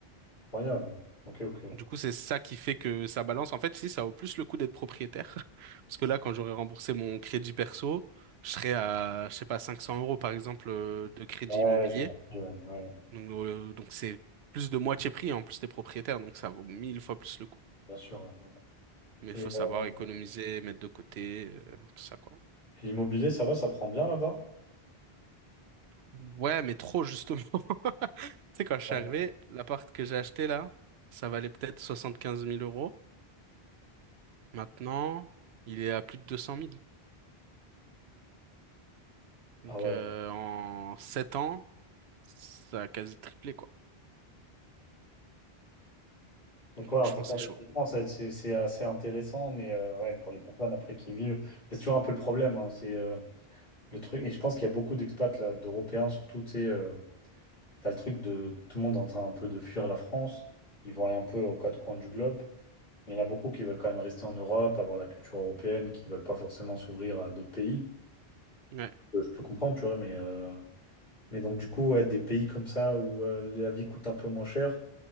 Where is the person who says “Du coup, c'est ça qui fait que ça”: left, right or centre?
Right